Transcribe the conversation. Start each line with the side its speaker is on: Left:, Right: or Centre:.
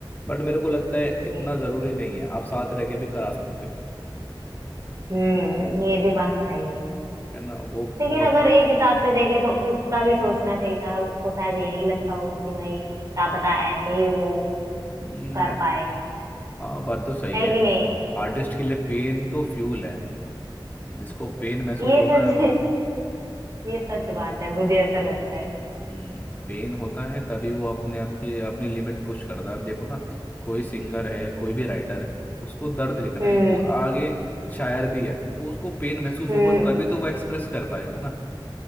Left: बट मेरे को लगता है इतना
Right: ये
Left: जरूरी नहीं है आप साथ रह के भी करा सकते हो
Right: हम्म, ये भी बात सही है
Left: है ना वो
Right: लेकिन
Left: बहुत
Right: अगर
Left: बड़ा
Right: एक
Left: टर्निंग
Right: हिसाब
Left: पॉइंट
Right: से देखे तो उसका भी सोचना सही था उसको शायद यही लगता हो कि भाई क्या पता ऐसे ही वो
Left: हम्म
Right: कर पाए
Left: हाँ बात तो सही
Right: है
Left: है
Right: कि नहीं
Left: आर्टिस्ट के लिए पेन तो फ्यूल है जिसको पेन महसूस
Right: ये
Left: होता
Right: सच
Left: है वो-
Right: <laughs> ये सच बात है मुझे ऐसा लगता है
Left: हम्म पेन होता है तभी वो अपने आप की अपनी लिमिट पुश करता है आप देखो ना कोई सिंगर है या कोई भी राइटर है उसको दर्द लिखना
Right: हम्म
Left: है क्योंकि वो आगे शायर भी है तो उसको पेन महसूस
Right: हम्म
Left: होगा तभी तो वो एक्सप्रेस कर पाएगा ना